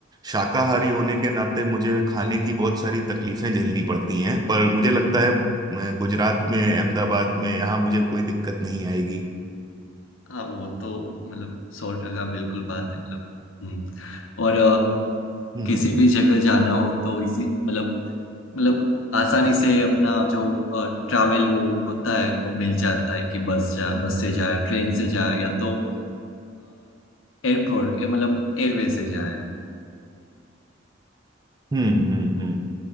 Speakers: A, on the right; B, on the left.
A: शाकाहारी होने के नाते मुझे खाने
B: हाँ
A: की बहुत सारी तकलीफें झेलनी पड़ती हैं पर मुझे लगता है मैं गुजरात में अहमदाबाद में यहाँ मुझे कोई दिक्कत नहीं आएगी
B: हाँ, वो तो मतलब सौ टका बिल्कुल बात है मतलब हम्म और
A: हम्म
B: किसी भी जगह जाना हो तो इजी मतलब मतलब आसानी से अपना जो ट्रैवल वो होता है वो मिल जाता है कि बस जा बस से जाए ट्रेन से जाए या तो एयरपोर्ट मतलब एयरवे से जाए
A: हम्म हम्म हम्म,